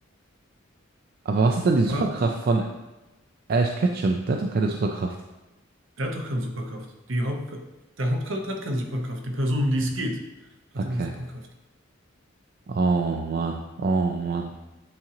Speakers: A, on the right (about 45°); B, on the right (about 70°).
A: Aber was ist denn die Superkraft
B: War,
A: von Ash Ketchum? Der hat doch keine Superkraft.
B: der hat doch keine Superkraft. Die Haupt, der Hauptcharakter hat keine Superkraft. Die Person, um die es geht, hat
A: Okay.
B: eine Superkraft.
A: Oh Mann. Oh Mann.